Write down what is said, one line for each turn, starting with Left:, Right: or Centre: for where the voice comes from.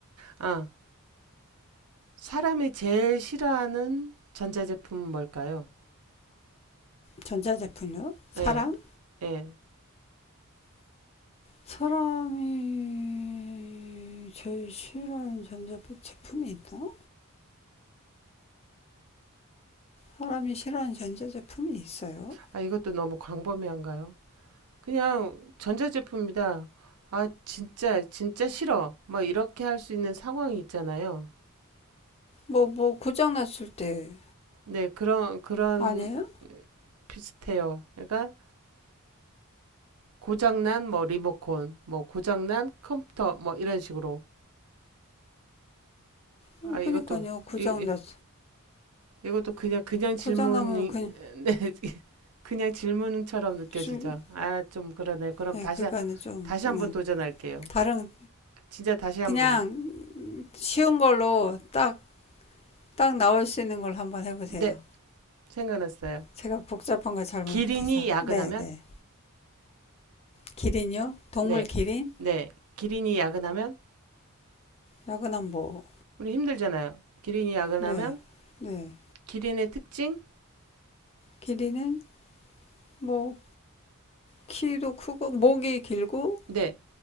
Right: 아, 사람이 제일 싫어하는 전자제품은 뭘까요?
Left: 전자제품요? 사람?
Right: 예, 예.
Left: 사람이 제일 싫어하는 전자제품이 있나? 사람이 싫어하는 전자제품이 있어요?
Right: 아, 이것도 너무 광범위한가요? 그냥 전자제품이다. 아, 진짜, 진짜 싫어. 막 이렇게 할 수 있는 상황이 있잖아요.
Left: 뭐, 뭐, 고장났을 때,
Right: 네, 그런, 그런
Left: 아니에요?
Right: 비슷해요. 그러니까 고장난 뭐 리모컨, 뭐 고장난 컴퓨터, 뭐 이런 식으로.
Left: 어,
Right: 아, 이것도,
Left: 그니까요, 고장났,
Right: 이, 이- 것도 그냥, 그냥 질문이,
Left: 고장나면 그냥,
Right: <laughs> 네, 그냥 질문처럼 느껴지죠.
Left: 좀,
Right: 아, 좀 그러네. 그럼
Left: 네,
Right: 다시,
Left: 그거는 좀,
Right: 다시
Left: 네.
Right: 한번 도전할게요.
Left: 다른,
Right: 진짜 다시 한번,
Left: 그냥 쉬운 걸로 딱, 딱 나올 수 있는 걸 한번 해보세요.
Right: 네, 생각났어요.
Left: 제가 복잡한 거 잘못해서.
Right: 기린이 야근하면?
Left: 네, 네. 기린요? 동물
Right: 네,
Left: 기린?
Right: 네. 기린이 야근하면?
Left: 야근한 뭐,
Right: 우리 힘들잖아요. 기린이 야근하면?
Left: 네, 네.
Right: 기린의 특징?
Left: 기린은 뭐, 키도 크고, 목이 길고,
Right: 네.